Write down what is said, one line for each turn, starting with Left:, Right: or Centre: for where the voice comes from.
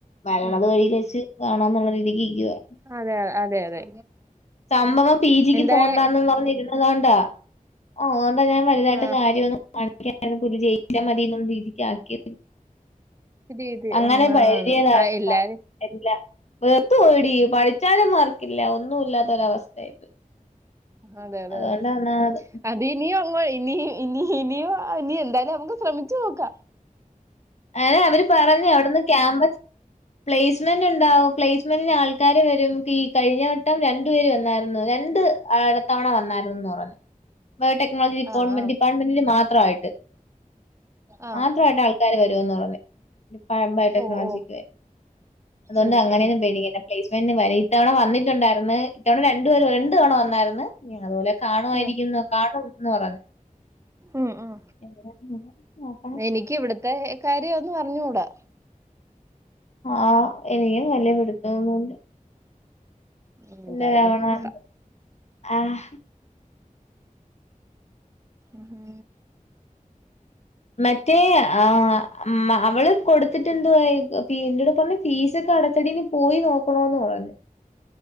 Left: വരണത്
Right: ഉം
Left: വഴിൽ വച്ച് കാണാംന്നുള്ള രീതിക്ക് ഇരിക്ക്യുവാ.
Right: അതെ അ അതെ അതെ.
Left: സംഭവം പി ജിക്ക്
Right: എന്തായ
Left: പോണ്ടാന്നും പറഞ്ഞിരുന്നതോണ്ടാ അതൊണ്ടാ ഞാൻ വലുതായിട്ടും
Right: ആഹ്
Left: കാര്യന്നു പട്ക്ക്യാ <unintelligible> പുല്ല് ജയിച്ചാ മതിന്നുള്ള രീതിക്ക് ആക്കി
Right: രീതി
Left: അങ്ങനെ
Right: ഉം ആന്ന്
Left: പഴകിയ
Right: ആന്ന്
Left: ലൈഫാ
Right: ആ എല്ലാരും
Left: എല്ല വേർത്തു പോയെടി പഴ് ചാലും മാർക്കില്ല ഒന്നുല്ലാത്തൊരവസ്ഥയിയി പോയി.
Right: അതെ അതെ
Left: അതുകൊണ്ടാ
Right: അതെ
Left: ഒന്നാമത്
Right: അത് ദിനിയും അങ്ങോ ഇനി ഇനി ഇനിയും ഇനി എന്തായാലും നമുക്ക് സ്രമിച്ചു നോക്ക.
Left: അ അവര് പറഞ്ഞു അവിടുന്ന് ക്യാമ്പസ്. പ്ലേസ്മെന്റ്ണ്ടാവും പ്ലേസ്മെന്റിന് ആൾക്കാര് വരും പീ കഴിഞ്ഞ വ ട്ടം രണ്ടു പേര് വന്നായിരുന്നു രണ്ട് അടത്തവണ വന്നായിരുന്നുന്ന് പറഞ്ഞ്. ബയോടെക്നോൾജി ഡിപ്പോൾമെൻ്റ്
Right: ആ ആ
Left: ഡിപ്പാട്ട്മെന്റില് മാത്രായിട്ട്.
Right: ആ
Left: മാത്രായിട്ട് ആൾക്കാര് വരുവെന്ന് പറഞ്ഞ്. പഴംമ്പായി ടെക്നോളജിക്ക്
Right: ഓ ഓ
Left: അതുകൊണ്ട്
Right: ഉം
Left: അങ്ങനെന്നും
Right: ഉം
Left: പേടിക്കണ്ട പ്ലേസ്മെന്റിന് വരെയു ഇത്തവണ വന്നിട്ടുണ്ടായിര്ന്ന് ഇത്തവണ രണ്ടു പേര് രണ്ടു തവണ വന്നായിര്ന്ന്. എ അതുപോലെ കാണുവായിരിക്കുംന്ന്
Right: ഉം
Left: കാണുംന്ന് പറഞ്ഞു.
Right: ഉം ഉം.
Left: എവിടാ പ്പ നോക്കണം.
Right: എനിക്കിവിടത്തെ കാര്യ ഒന്നും അർഞ്ഞൂടാ.
Left: ആ എനിക്കും വല്ല്യ പിടുത്തൊന്നുല്ല.
Right: എന്തായാലും
Left: ഇല്ല രാവണാന്ന്
Right: നോക്കാം
Left: ആഹ്.
Right: ഉം.
Left: മറ്റേ ആ അവള് മ്മ കൊടുത്തിട്ടെന്തുവായേക്. പി എന്റെട് പറഞ്ഞ് ഫീസൊക്കെ അടച്ചെടി നിപോയി നോക്കണോന്ന് പറഞ്ഞ്.